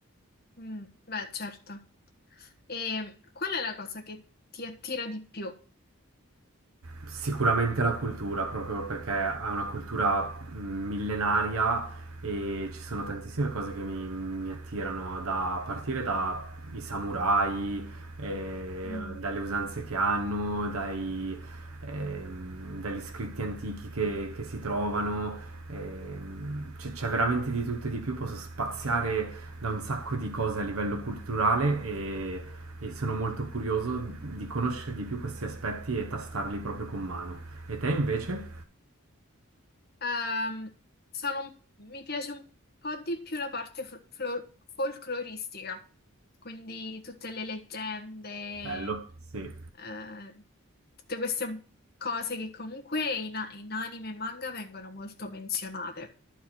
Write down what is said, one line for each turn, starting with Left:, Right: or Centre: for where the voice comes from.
Left: mm, beh, certo. E qual è la cosa che ti attira di più?
Right: Sicuramente la cultura, proprio perché è una cultura millenaria e ci sono tantissime cose che mi, mi attirano, da a partire dai samurai, eh,
Left: Mm.
Right: dalle usanze che hanno, dai, ehm, dagli scritti antichi che, che si trovano. ehm, c'è, c'è veramente di tutto e di più, posso spaziare da un sacco di cose a livello culturale e e sono molto curioso di conoscere di più questi aspetti e tastarli proprio con mano. E te invece?
Left: Ehm, sono un- mi piace un po' di più la parte fol- flo- folcloristica, quindi tutte le leggende,
Right: Bello. Sì.
Left: eh, tutte queste cose che comunque in, a- in anime e manga vengono molto menzionate.